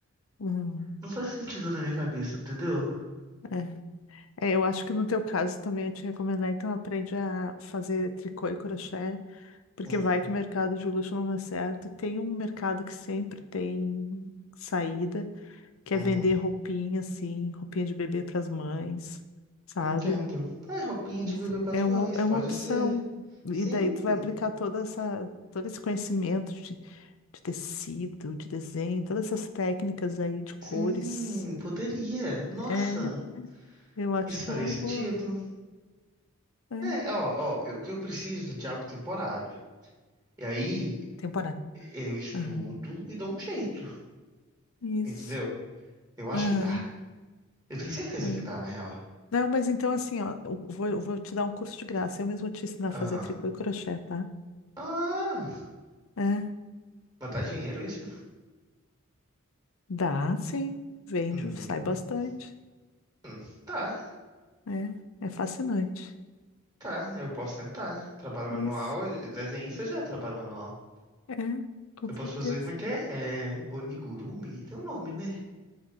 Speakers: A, on the left; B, on the right.
A: Hum,
B: Não faz sentido na minha cabeça, entendeu?
A: é. É, eu acho que no teu caso também ia te recomendar, então aprende a fazer tricô e crochê, porque
B: Uhum,
A: vai que o mercado de luxo não dá certo. Tem um mercado que sempre tem saída, que
B: uhum.
A: é vender roupinha, assim, roupinha de bebê para as mães, sabe?
B: Entendo. É, roupinha
A: Isso
B: de bebê para as
A: é
B: mães,
A: uma, é
B: pode
A: uma opção.
B: ser. Sim,
A: E daí tu vai aplicar toda essa, todo esse conhecimento de tecido, de desenho, todas essas técnicas aí de cores.
B: sim, poderia. Nossa,
A: É, eu acho
B: isso
A: que
B: faria
A: é uma
B: sentido?
A: boa. É,
B: É, ó, ó, eu- o que eu preciso é de algo temporário. E aí,
A: temporada.
B: Eu estudo
A: Aham.
B: e dou um jeito,
A: Isso.
B: entendeu? Eu acho
A: Aham.
B: que dá. Eu tenho certeza
A: é.
B: que dá, na real.
A: Não, mas então assim, ó, eu vou, eu vou te dar um curso de graça. Eu mesmo te ensinar
B: Aham.
A: a fazer tricô e crochê, tá?
B: Ah,
A: É.
B: mas dá dinheiro isso?
A: Dá, sim. Vende,
B: Hum,
A: sai bastante.
B: hum, tá,
A: É, é fascinante.
B: tá. Eu posso tentar. Trabalho manual,
A: Isso.
B: eh, desenhista já é trabalho manual.
A: É, com
B: Eu posso
A: certeza.
B: fazer como é que é? É onigurumi? Tem um nome, né?